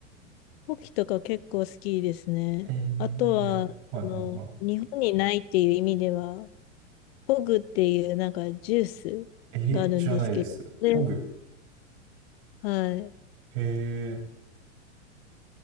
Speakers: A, on the left; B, on the right.
A: ポキとか結構好きですね。
B: え
A: あとは、
B: えはいはいはい。
A: その、日本にないっていう意味では、ポグっていうなんかジュースがあるんですけど、
B: ええ知らないです。
A: で、
B: ホグ。
A: はい。
B: へえ